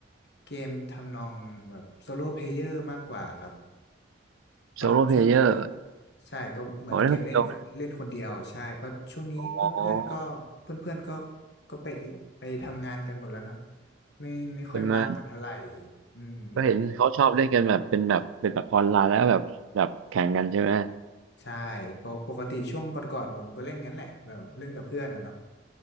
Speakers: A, on the left (about 55°); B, on the right (about 80°).
A: เกมทำนองแบบโซโล่เพลเยอร์มากกว่าครับเพราะช่วงนี้ก็
B: โซโล่เพลเยอร์
A: ใช่ก็เหมือนเกมเล่นเล่นคนเดียวใช่เพราะช่วงนี้เพื่อนๆก็เพื่อนๆก็
B: ขอเล่นคนเดียวอ๋อ
A: ก็ไปไปทำงานกันหมดแล้วเนาะไม่ไม่ค่อยว่างกันเท่าไหร่
B: เป็นไหม
A: อืม
B: ก็เห็นเขาชอบเล่นกันแบบเป็นแบบเป็นแบบออนไลน์แล้วแบบแบบแข่งกันใช่ไหม
A: ใช่ปกปกติช่วงก่อนๆผมก็เล่นงั้นแหละแบบเล่นกับเพื่อนอะเนาะ